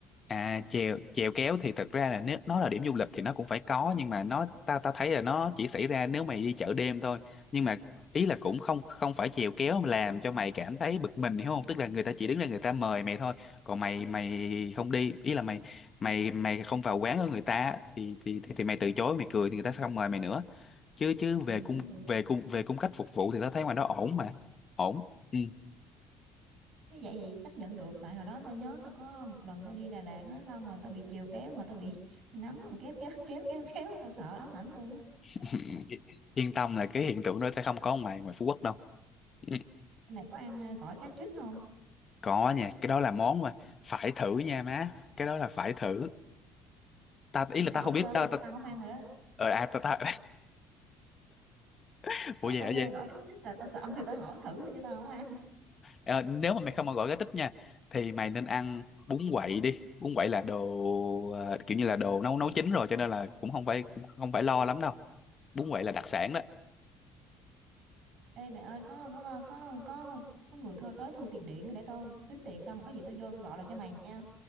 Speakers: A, on the left; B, on the right.
A: À chèo chèo kéo thì thật ra là nếu nó là điểm du lịch thì nó cũng phải có nhưng mà nó ta ta thấy là nó chỉ xảy ra nếu mày đi chợ đêm thôi. Nhưng mà ý là cũng không không phải chèo kéo mà làm cho mày cảm thấy bực mình hiểu không? Tức là người ta chỉ đứng ra người ta mời mày thôi, còn mày mày không đi, ý là mày mày mày không vào quán của người ta thì thì thì, thì mày từ chối mày cười thì người ta sẽ không mời mày nữa. Chứ chứ về
B: Ừ, Gì
A: cung
B: cũng được.
A: về cung về cung cách phục vụ thì tao thấy ngoài đó ổn mà. Ổn. Ừ.
B: Nếu vậy thì chấp nhận được tại hồi đó tôi nhớ tôi có một lần tôi đi Đà Lạt á xong rồi tôi bị trèo kéo mà tôi bị <laughs> nắm kéo kéo kéo kéo kéo tôi sợ ám ảnh luôn á
A: <laughs> Yên tâm là cái hiện tượng đó sẽ không có ngoài ngoài Phú Quốc đâu. Ừ.
B: mày có ăn ờ, gỏi cá trích không
A: Có nha, cái đó là món mà phải thử nha má, cái đó là phải thử. Ta ý
B: không
A: là
B: tao
A: ta
B: hỏi
A: không
B: chơi
A: biết
B: thôi
A: tao
B: chứ
A: ta,
B: tao không ăn rồi đó
A: ờ à ta ta <laughs> Ủa
B: Ờ,
A: vậy
B: tao
A: hả
B: nghe
A: vậy?
B: gỏi cá trích là tao sợ thì tao hỏi thử thôi chứ tao không ăn
A: Ờ, nếu mà mày không mà gọi cái tích nha thì mày nên ăn bún quậy đi. Bún quậy là đồ ờ, kiểu như là đồ nấu nấu chín rồi cho nên là cũng không phải cũng không phải lo lắm đâu. Bún quậy là đặc sản đó.
B: ê mẹ ơi có có có có có, có người thơ tới thu tiền điện để tao tính tiền xong rồi có gì tao vô tao gọi lại cho mày nha